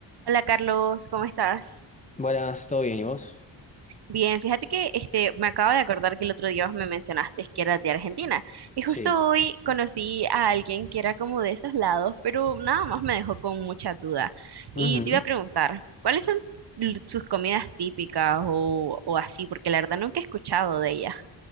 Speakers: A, on the right (about 60°); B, on the left (about 15°).
A: Hola Carlos, ¿cómo estás?
B: Buenas, ¿todo bien? ¿Y vos?
A: Bien, fíjate que este, me acabo de acordar que el otro día vos me mencionaste que eras de Argentina y justo
B: Sí.
A: hoy conocí a alguien que era como de esos lados, pero nada más me dejó con mucha duda. Y
B: Ujú,
A: te iba a preguntar, ¿cuáles son l- sus comidas típicas o, o así? Porque la verdad nunca he escuchado de ellas.